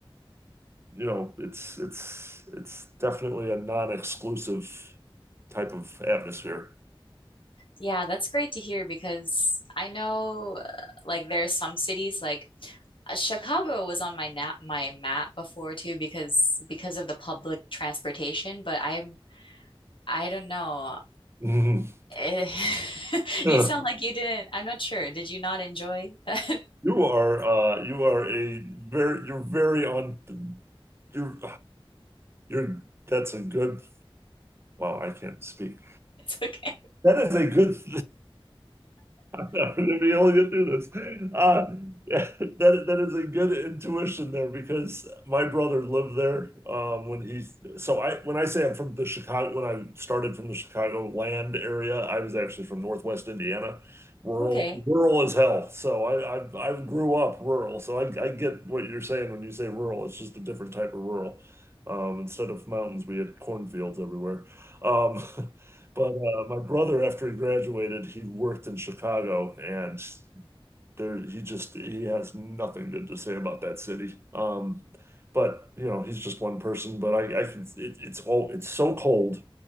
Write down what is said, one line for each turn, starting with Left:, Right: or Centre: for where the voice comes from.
Right: you know it's it's it's definitely a non-exclusive type of atmosphere
Left: Yeah, that's great to hear because I know uh, like there are some cities like uh, Chicago was on my nap my map before too because because of the public transportation, but I I don't know.
Right: <laughs>
Left: Eh, <laughs>
Right: Yeah.
Left: you sound like you didn't. I'm not sure. Did you not enjoy that? <laughs>
Right: You are uh you are a very you're very on you're you're that's a good wow, I can't speak.
Left: It's okay.
Right: That is a good <laughs> I'm not going to be able to get through this. Uh, yeah, that that is a good intuition there because my brother lived there um, when he. So I when I say I'm from the Chicago, when I started from the Chicago land area, I was actually from Northwest Indiana, rural
Left: Okay.
Right: rural as hell. So I I, I grew up rural. So I I get what you're saying when you say rural. It's just a different type of rural. Um, instead of mountains, we had cornfields everywhere. Um, <laughs> But uh, my brother, after he graduated, he worked in Chicago, and there he just he has nothing good to say about that city. Um, but you know, he's just one person. But I, I can it, it's all it's so cold,